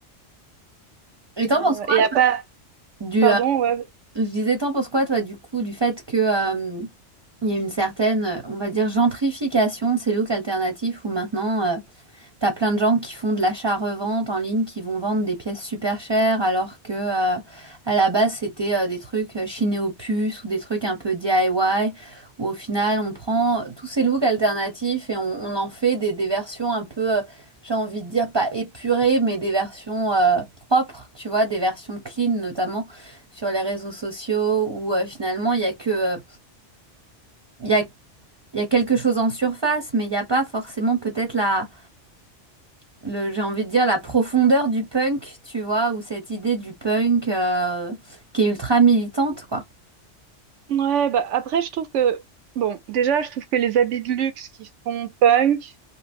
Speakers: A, on the right; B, on the right.
A: Et
B: Mais,
A: t'en penses
B: euh,
A: quoi,
B: et à
A: toi,
B: part,
A: du,
B: pardon,
A: euh,
B: ouais,
A: je disais, t'en penses quoi, toi, du coup, du fait que, euh, il y a une certaine, euh, on va dire, gentrification de ces looks alternatifs où maintenant, euh, T'as plein de gens qui font de l'achat-revente en ligne, qui vont vendre des pièces super chères, alors que euh, à la base c'était euh, des trucs euh, chinés aux puces ou des trucs un peu DIY, où au final on prend tous ces looks alternatifs et on, on en fait des, des versions un peu, euh, j'ai envie de dire pas épurées, mais des versions euh, propres, tu vois, des versions clean notamment sur les réseaux sociaux, où euh, finalement il y a que, euh, il y a, il y a quelque chose en surface, mais il n'y a pas forcément peut-être la le, j'ai envie de dire la profondeur du punk, tu vois, ou cette idée du punk euh, qui est ultra militante, quoi.
B: Ouais, bah après, je trouve que, bon, déjà, je trouve que les habits de luxe qui font punk,